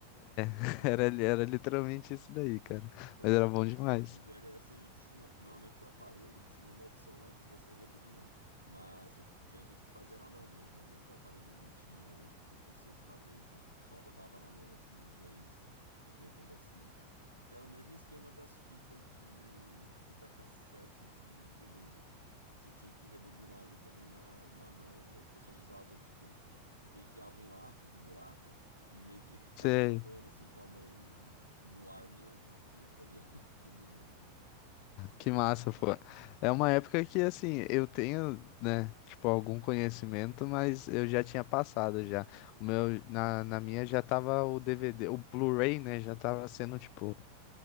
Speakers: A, on the left; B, on the right.
A: <laughs>
B: É,
A: Era,
B: canetinha.
A: era literalmente isso daí, cara.
B: Eu,
A: Mas
B: cara,
A: era bom
B: o,
A: demais.
B: o VHS ele tinha. Normalmente o aparelho tinha uma opção lá de você rebobinar. Mas você- tinha gente que fazia na mão mesmo. Às vezes o aparelho não tinha, ou tipo, você esqueceu de fazer, e você só rodava na mão assim os dois, os dois negocinhos. Que é o mesmo esquema das fitas de fita cassete de, de música. Você tinha que rebobinar ali também na, na mão, e as pessoas usavam, tipo, você enfiava um lápis no buraco. E meio que ficava
A: Sei,
B: rodando assim com a mão no ar mesmo, a fita, e <laughs> bobinando. assim.
A: que
B: Era
A: massa,
B: engraçado.
A: pô. É uma época que, assim, eu tenho, né, tipo, algum conhecimento, mas eu já tinha passado já. O meu, na,
B: Sim,
A: na minha já tava o DVD, o Blu-ray, né, já tava sendo, tipo,